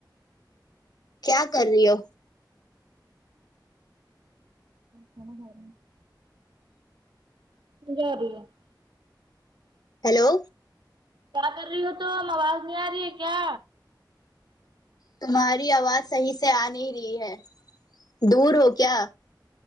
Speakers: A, on the left; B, on the right.
A: کیا کر رہی ہو
B: کھانا کھا رہی ہوں۔ <unintelligible>
A: ہیلو
B: کیا کر رہی ہو تو ہم آواز نہیں آ رہی ہے کیا
A: تمہاری آواز صحیح سے آ نہیں رہی ہے دور ہو کیا